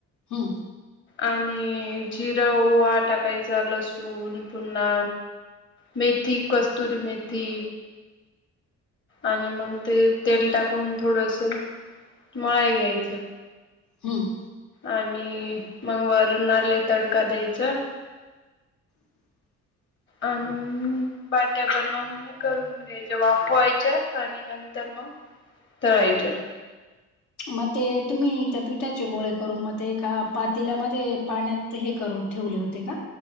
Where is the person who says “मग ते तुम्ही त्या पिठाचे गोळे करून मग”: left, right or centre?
Left